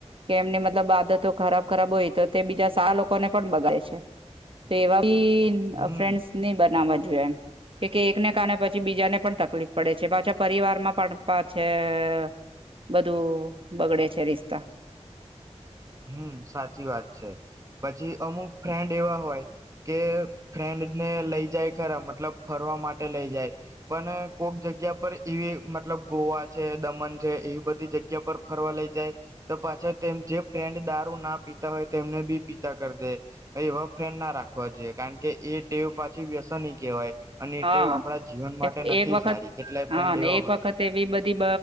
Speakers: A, on the right (about 50°); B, on the right (about 25°).
A: કે એમની મતલબ આદતો ખરાબ ખરાબ હોય. તો તે બીજા સા લોકોને પણ બગાડે છે, તો એવા ફ્રેન્ડસ
B: હમ
A: ની બનાવ જો એમ કે એકને કારાણે પછી બીજાને પણ તકલીફ પડે છે, પાછા પરિવાર માં પણ પાછા બધું બગડે છે, રિશતા
B: હમ સાચી વાત છે. પછી અમુક ફ્રેન્ડ એવા હોય કે ફ્રેન્ડ ને લઈ, જાય ખરા મતલબ ફરવા માટે લઈ જાય પણ કોક જગ્યા પર એવી મતલબ ગોવા છે, દમણ છે એવી બધી જગ્યા પર ફરવા લઈ જાય, તો પાછા તેમ જે ફ્રેન્ડ દારૂ ના પીતા હોય તેમને બી પીતા કરી દે, એવા ફ્રેન્ડ ના રાખવા જોઈએ કારણ કે એ ટેવ પાછી વ્યસન કહેવાય. અને એ
A: હા
B: ટેવ આપણા જીવન માટે નથી
A: એક વખત
B: સારી કેટલાય
A: હા
B: ફ્રેન્ડ
A: ને
B: એવા
A: એક
B: હોય
A: વખત
B: છે
A: એવી બધી